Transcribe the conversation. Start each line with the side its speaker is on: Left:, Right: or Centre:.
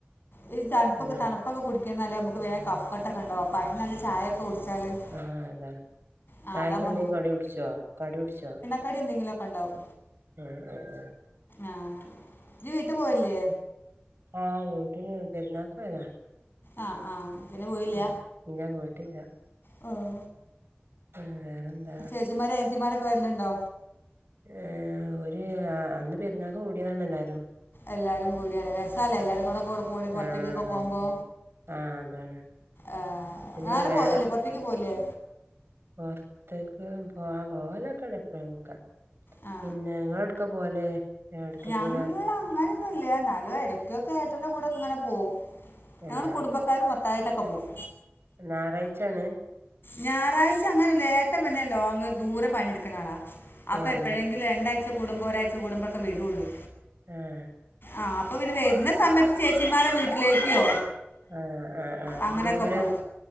Left: ത് തണുപ്പൊക്കെ
Right: തന്നെ
Left: തണുപ്പൊക്കെ കുടി ഒക്കനല്ലേ നമുക്ക് വേഗം കഫക്കെട്ടൊക്കെ ഉണ്ടാവും അപ്പം അതിനും നല്ലത് ചായൊക്കെ കുടിച്ചാല് കുടിച്ചാൽ
Right: ആഹ് അതാണ്
Left: ആ
Right: ചായക്കെന്തെങ്കും
Left: അതാകുമ്പോൾ
Right: കടി കുടിച്ചുവോ കടി കുടിച്ചുവോ
Left: കടി എന്തെങ്കിലൊക്കെ ഉണ്ടാവും
Right: ആഹ് ആഹ് ആഹ്
Left: ആഹ് ന്ജ് വീട്ടു പോവലില്ലേ
Right: ആഹ് വീട്ടില് പെരുന്നാക്ക് പോയതാ
Left: ആഹ് ആഹ് പിന്നെ പോയില്ല
Right: ഉം ഇല്ല പോയിട്ടില്ല
Left: ഹമ്
Right: ഹ് വേറെന്താ
Left: ചേച്ചിമാര് അനിയത്തിമാര് ഒക്കെ വരിലുണ്ടോ
Right: ഏഹ അവര് അന്ന് പെരുന്നാക്ക് കൂടിയതാണ് എല്ലാരും
Left: എല്ലാരും കൂടിയാല രസല്ലെ എല്ലാരും കൂടെ കൂടി പുറത്തേക്കൊക്കെ
Right: ആ എല്ലാരും
Left: പോകുമ്പോ
Right: കൂടി ആ അതാണ്
Left: ആഹ്
Right: പിന്നെ
Left: ആരു പോവലി
Right: വേറെ
Left: ല്ലേ പുറത്തേക്ക് പോവാലില്ലേ
Right: പൊറത്തേക്ക് ആഹ പോവലോകെ ഉണ്ട് എപ്പോഴുമൊക്കെ
Left: ആ
Right: പിന്നെ നിങ്ങളെവിടെക്കാ പോവല്? എവ്ട്ക്കെങ്കിലും
Left: ഞങ്ങള് അങ്ങനൊന്നുല്ല എന്നാലും എടക്കൊക്കെ ഏട്ടന്റെ കൂടെ ഇങ്ങനെ പോവും
Right: പിന്നെ
Left: ഞങ്ങള് കുടുംബക്കാരു മൊ ത്തായിട്ടൊക്കെ പോവും
Right: ഞായറാഴ്ചയാണ്
Left: ഞായറാഴ്ച അങ്ങനെന്നുല്ല ഏട്ടൻ പിന്നെ ലോങ്ങ് ദൂരെ പണിയെടുക്കുന്നളാ അപ്പൊ
Right: ഏ
Left: എപ്പോഴെങ്കിലും
Right: എന്താ
Left: രണ്ടഴ്ച കൂടുമ്പോഒരാഴ് കൂടുമ്പോക്കെ വരുള്ളൂ
Right: ആഹ്
Left: ആഹ അപ്പൊ പിന്നെ വരുന്ന സമയത്ത് ചേച്ചിമാരെ വീട്ടിലേക്കോ
Right: ആഹ് ആഹ് ആഹ്
Left: അങ്ങനെയൊക്കെ
Right: ദൂരെ
Left: പോവും